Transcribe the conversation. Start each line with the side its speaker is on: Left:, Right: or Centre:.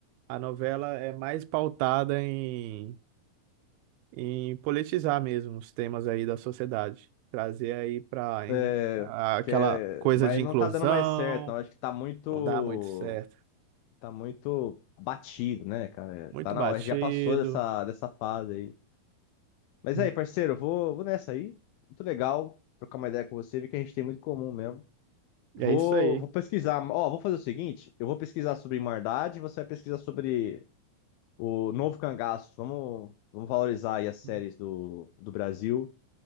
Right: A novela é mais pautada em, em politizar mesmo os temas aí da sociedade. Trazer aí para
Left: É,
Right: aquela
Left: que é,
Right: coisa
Left: mas
Right: de inclusão,
Left: não tá dando mais certo, não. Acho que tá muito,
Right: não dá muito certo.
Left: tá muito batido, né, cara?
Right: Muito
Left: Tá na
Right: batido.
Left: hora, a gente já passou dessa, dessa fase aí. Mas
Right: Hum,
Left: aí, parceiro, eu vou, vou nessa aí. Muito legal trocar uma ideia com você, ver que a gente tem muito em comum mesmo. Vou,
Right: É isso aí.
Left: vou pesquisar. Ó, vou fazer o seguinte: eu vou pesquisar sobre Irmandade, você vai pesquisar sobre o novo cangaço. Vamos, vamos valorizar aí as séries
Right: Hum,
Left: do, do Brasil.